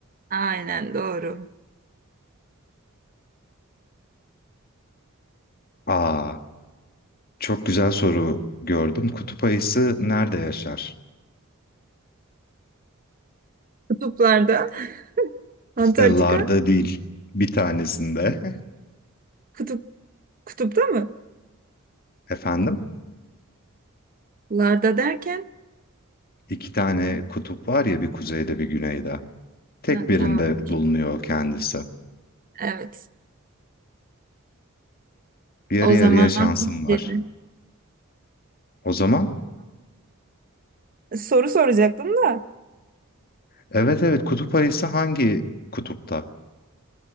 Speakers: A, on the right; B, on the left.
A: Aynen doğru.
B: Aa çok güzel soru gördüm. Kutup ayısı nerede yaşar?
A: Kutuplarda. <laughs>
B: İşte
A: Antarktika
B: larda değil bir tanesinde.
A: kutup kutupta mı?
B: <laughs> Efendim?
A: Larda derken.
B: İki tane kutup var ya bir kuzeyde bir güneyde. Tek
A: Ha,
B: birinde
A: tamam. okey.
B: bulunuyor kendisi.
A: Evet.
B: Yarı
A: O
B: yarıya
A: zaman
B: şansım
A: Türkiye'de.
B: var. O zaman
A: Soru soracaktım da.
B: Evet evet kutup ayısı hangi kutupta?